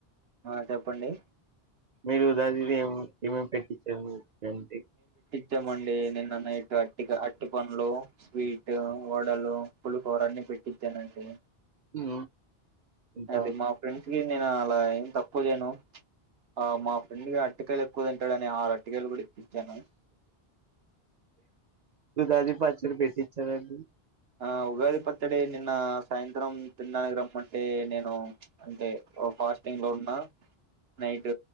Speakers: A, on the right; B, on the right.
A: ఆ చెప్పండి
B: మీరు దాదిని ఏ ఏమేమి పెట్టించారు అంటే
A: చ్చేమండి నిన్న నైటు అటి అటి పండ్లు, స్వీట్, వడలు, పులిహోర అన్ని పెట్టిచ్చానండి
B: ఉ ఇంకా
A: అది మా ఫ్రెండ్స్ నేను అలా ఏం తక్కువలేను ఆ మా ఫ్రెండ్ అరటికయలు ఎక్కువ తింటాడని ఆరు అరటికాయలు కుడి జన
B: ఉగాది పచ్చడి పెట్టిచాడండి
A: ఆ ఉగాది పత్రడే నిన్న సాయంత్రం తిడానికి రమ్మంటే నేను అంటే ఓ ఫాస్టింగ్ లో ఉన్నా నైట్